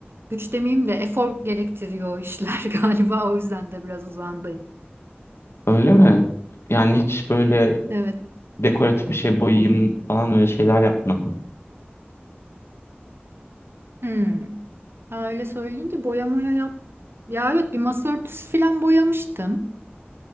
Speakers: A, on the right (about 70°); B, on the left (about 80°).
A: güç demeyeyim de efor gerektiriyor o işler <laughs> galiba. O yüzden de biraz uzağındayım.
B: Öyle mi? Yani hiç böyle
A: Evet.
B: dekoratif bir şey boyayayım falan öyle şeyler yapmadın.
A: Hmm. Ha, öyle söyleyince boya moya yap. Ya evet bir masa örtüsü falan boyamıştım.